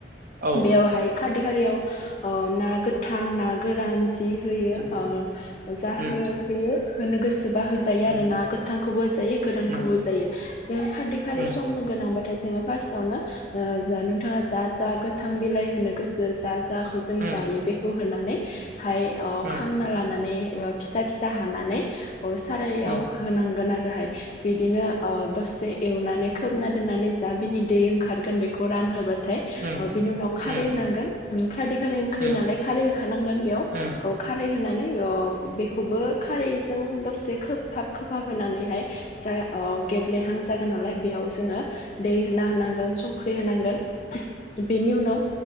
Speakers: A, on the right (about 45°); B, on the left (about 35°).
A: औ
B: बेवहाय खारदै खारियाव ओ ना गोथां ना गोरान जि होयो
A: उम
B: जाहो
A: उम
B: होयो होनो गोसो बा होजायो
A: उम
B: आरो ना गो थांखौबो जायो गोरानखौबो
A: उम
B: जायो जोंङो खारदै खारै
A: उम
B: संनो गोनां थाय जों फासटावनो ओ नोंथाङा जा जा गोथां बिलाइ होनो गोसो जा जाखौ जों
A: उम
B: जायो बेखौ होनानै हाय
A: उम
B: खांना लानानै एबा फिसा फिसा हानानै ओ सारायाव
A: उम
B: होनांगोन आरोहाय बि दिनो ओ दसे एवनानै खोबना दोननानै जा बिनि दै ओंखारगोन बेखौ रान होबा नाथाय
A: उम
B: ओ बिनि उनाव खारै
A: उम
B: होनांगोन। उम खारदै खारै ओंख्रि
A: उम
B: नालाय खारै होखानांगोन बेयाव
A: उम
B: खारै होनानै ओ बेखौबो खारैजों दसे खोबहाब खोफाबहोनानैहाय ओमफ्राय ओ गेबलेहां जागोन नालाय बेयाव जोंङो दै होना होनांगोन संख्रि होनांगोन। बेनि उनाव